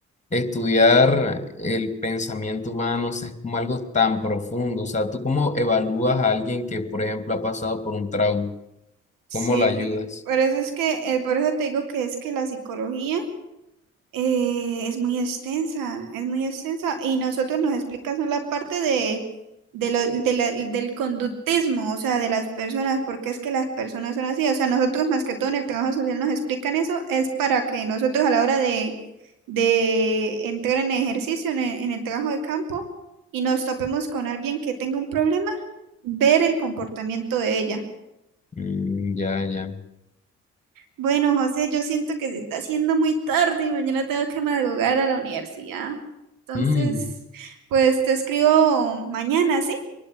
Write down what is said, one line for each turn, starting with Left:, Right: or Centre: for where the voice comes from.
Left: estudiar el pensamiento humano, o sea, es como algo tan profundo, o sea, ¿tú cómo evalúas a alguien que, por ejemplo, ha pasado por un trauma?
Right: Sí,
Left: ¿Cómo la ayudas?
Right: eh, por eso es que, eh, por eso te digo que es que la psicología Eh, es muy extensa, es muy extensa. Y nosotros nos explica solo la parte de, de lo, de la- del conductismo, o sea, de las personas, porque es que las personas son así. O sea, nosotros más que todo en el trabajo social nos explican eso, es para que nosotros a la hora de, de entrar en ejercicio, en el, en el trabajo de campo, y nos topemos con alguien que tenga un problema, ver el comportamiento de ella.
Left: Mm, ya, ya.
Right: Bueno, José, yo siento que se está haciendo muy tarde y mañana tengo que madrugar a la universidad. Entonces,
Left: Mm,
Right: pues te escribo mañana, ¿sí?